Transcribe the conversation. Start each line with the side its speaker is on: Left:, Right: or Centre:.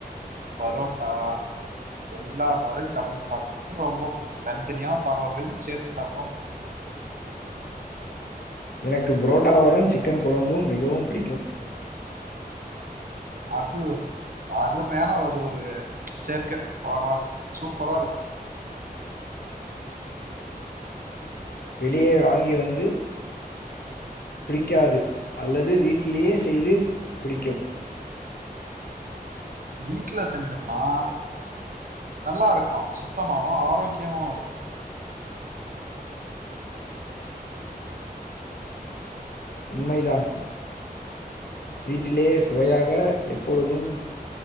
Right: பரோட்டா எல்லாத்தோடயு கலந்து சாப்புறதுக்கு ரொம்ப புடிக்கு தனித்தனியாவு சாப்பிட பிடிக்கு சேத்து சாப்பிடவு புடிக்கு
Left: எனக்கு புரோட்டாவுடன் சிக்கன் குழம்பும் மிகவும் பிடிக்கும்
Right: அது அருமையான அது ஒரு சேர்க்க போடுறா சூப்பரா இருக்கு
Left: வெளியே வாங்கி வந்து பிடிக்காது அல்லது வீட்டிலேயே செய்து பிடிக்கும்
Right: வீட்ல செஞ்சம்னா நல்லா இருக்கு சுத்தமாவு ஆரோக்கியமாவு இருக்கு
Left: உண்மைதான் வீட்டிலே சுவையாக எப்பொழுதும்